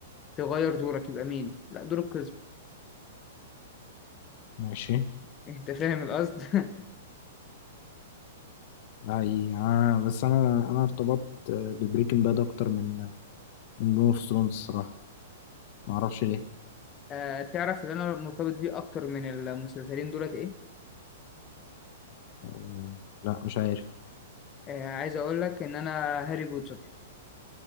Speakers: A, on the left; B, on the left.
A: تغير دورك يبقى مين؟ لا دور القزم
B: ماشي
A: <laughs> أنت فاهم القصد؟ <laughs>
B: ده حقيقي آه بس أنا أنا ارتبطت ببريكنج باد أكتر من من جيم اوف ثرونز الصراحة معرفش ليه
A: آه، تعرف اللي أنا مرتبط بيه أكتر من المسلسلين دولت إيه؟
B: آه، لا مش عارف
A: آه، عايز أقول لك إن أنا هاري بوتر